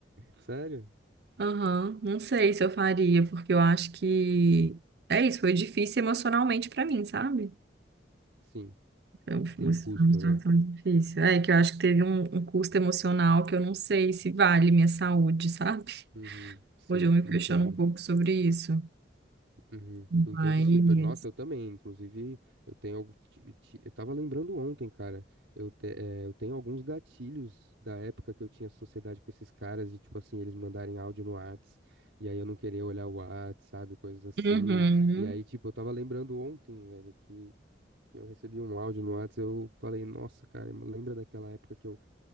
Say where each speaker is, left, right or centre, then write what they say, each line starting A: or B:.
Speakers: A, on the right; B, on the right.
A: Sério?
B: Aham, Não sei se eu faria, porque eu acho que é isso, foi difícil emocionalmente pra mim, sabe?
A: Sim.
B: Foi um- foi
A: Tem
B: uma
A: um custo,
B: situação
A: né?
B: difícil. É que eu acho que teve um, um custo emocional que eu não sei se vale minha saúde, sabe?
A: Uhum, sim,
B: Hoje eu me questiono
A: entendo.
B: um pouco sobre isso.
A: Uhum,
B: Mas.
A: entendo super. Nossa, eu também. Inclusive, eu tenho algo. ti- ti- Eu tava lembrando ontem, cara. Eu, te- eh, eu tenho alguns gatilhos da época que eu tinha sociedade com esses caras, de tipo assim, eles mandarem áudio no Whats, e aí eu não querer olhar o Whats, sabe? Coisas assim.
B: Uhum.
A: E aí, tipo, eu tava lembrando ontem, velho, que. que eu recebi um áudio no Whats, eu falei, nossa, cara, lembra daquela época que eu,